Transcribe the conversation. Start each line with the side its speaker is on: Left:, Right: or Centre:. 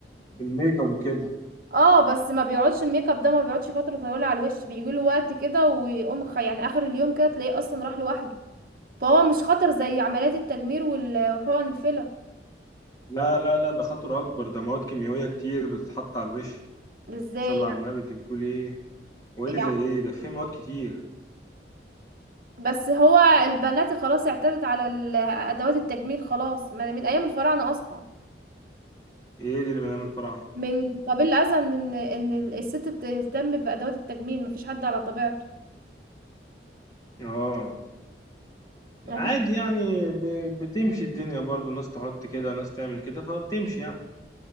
Left: بالميك اب وكده
Right: اه بس ما بيقعدش الميك اب ده ما بيقعدش فتره طويله على الوش بيجي له وقت كده ويقوم خ- يعني اخر اليوم كده تلاقيه اصلا راح لوحده فهو مش خطر زي عمليات التجميل وال- وحقن الفيلر
Left: لا لا لا ده خطر اكبر ده مواد كيميائيه كتير بتتحط على الوش
Right: ازاي
Left: صلى على
Right: يعني
Left: النبي انت بتقول ايه وايه
Right: يعني-
Left: اللي زي ايه ده في مواد كتير
Right: بس هو البنات خلاص اعتادت على ال- ادوات التجميل خلاص ما- من ايام الفراعنه اصلا
Left: ايه دي اللي بنعمل فراعنه
Right: من قبل الاذى ان ان الست بتهتم بادوات التجميل مفيش حد على طبيعته
Left: <clears throat> اه عادي
Right: مفيش
Left: يعني ب- بتمشي الدنيا برضو ناس تحط كده ناس تعمل كده فبتمشي يعني